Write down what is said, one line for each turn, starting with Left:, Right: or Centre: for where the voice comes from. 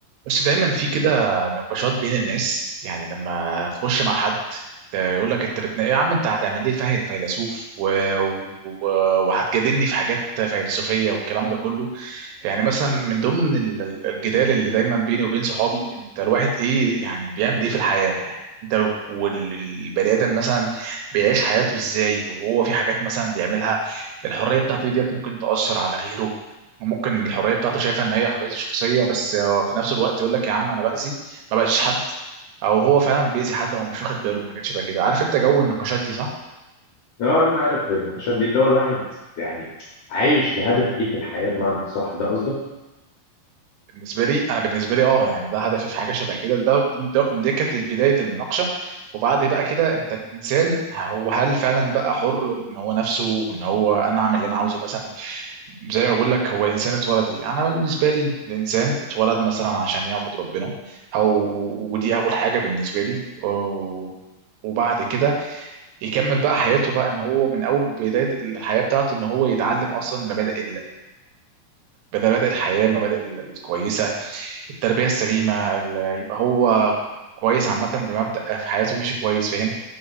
Right: بس دايما في كده نقاشات بين الناس يعني لما اخش مع حد يقول لك انت بتنا... يا عم انت هتعمل لي فهل فيلسوف و... و... وهتجادلني في حاجات فيلسوفيه والكلام ده كله يعني مثلا من ضمن ال- ال- الجدال اللي دايما بيني وبين صحابي انت الواحد ايه يعني بيعمل ايه في الحياه يعني انت والبني ادم مثلا بيعيش حياته ازاي وهو في حاجات مثلا بيعملها الحريه بتاعته ديت ممكن تاثر على غيره ممكن الحريه بتاعته شايفه ان هي حريته الشخصيه بس هو في نفس الوقت يقول لك يا عم انا باذي ما باذيش حد او هو فعلا بيأذي حد هو مش واخد باله من حاجات شبه كده عارف انت جو النقاشات دي صح
Left: اه انا عارف النقاشات دي اللي هو الواحد يعني عايش لهدف ايه في الحياه بمعنى اصح ده قصدك
Right: بالنسبه لي انا بالنسبه لي اه يعني ده هدفي في حاجه شبه كده ده ده دي كانت بدايه المناقشه وبعد بقى كده انت الانسان هو هل فعلا بقى حر ان هو نفسه ان هو انا اعمل اللي انا عاوزه مثلا زي ما بقول لك هو الانسان اتولد ليه انا بالنسبه لي الانسان اتولد مثلا عشان يعبد ربنا او ودي اول حاجه بالنسبه لي و- وبعد كده يكمل بقى حياته بقى ان هو من اول بدايه الحياه بتاعته ان هو يتعلم اصلا مبادئ مبادئ الحياة مبادئ الكويسة التربية السليمة ال- يبقى هو كويس عامة بمبدأ في حياته ماشي كويس فاهم